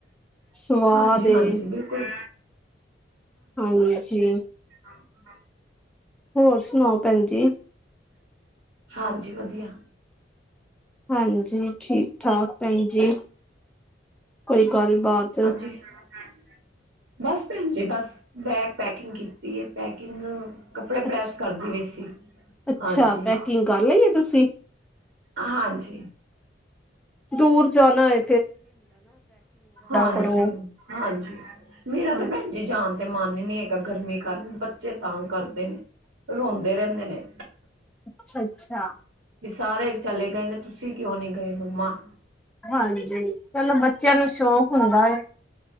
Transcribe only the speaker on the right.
ਹਾਂਜੀ-
ਹਾਂਜੀ ਬਿਲਕੁਲ
<unintelligible>
ਹਾਂਜੀ ਵਧੀਆ-
<unintelligible> ਬਸ ਭੈਣ ਜੀ ਬਸ ਬੈਗ ਪੈਕਿੰਗ ਕੀਤੀ ਹੈ। ਪੈਕਿੰਗ ਕੱਪੜੇ
ਪ੍ਰੈਸ ਕਰਦੇ ਸੀ
ਹਾਂਜੀ।
ਹਾਂਜੀ।
ਹਾਂਜੀ,
ਹਾਂਜੀ ਮੇਰਾ
ਤਾਂ ਭੈਣ- ਜਾਣ ਤੇ ਮਨ ਹੀ ਨਹੀਂ ਹੈਗਾ ਗਰਮੀ ਕਾਰਨ ਬੱਚੇ ਤੰਗ ਕਰਦੇ ਨੇ ਰੋਂਦੇ ਰਹਿੰਦੇ ਨੇ।
ਸਾਰੇ ਚਲੇ ਗਏ ਨੇ ਤੁਸੀਂ ਕਿਉਂ ਨੀ ਗਏ ਮੰਮਾ।